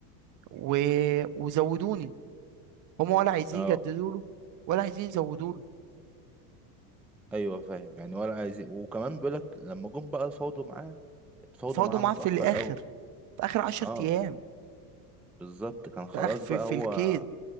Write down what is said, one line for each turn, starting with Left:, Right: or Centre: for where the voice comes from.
Right: و... وزودوني هم ولا عايزين
Centre: اه
Right: يجددوا له ولا عايزين يزودوا له
Centre: ايوه فاهم يعني ولا عايزين وكمان بيقولك لما جم بقى الفوضى معاه اتفاوضوا
Right: فاضوا
Centre: معاه
Right: معاه
Centre: متأخر
Right: في الاخر
Centre: قوي
Right: في اخر 10
Centre: اه
Right: ايام
Centre: بالظبط كان
Right: في
Centre: خلاص
Right: اخر في,
Centre: بقى
Right: في
Centre: هو
Right: الكيس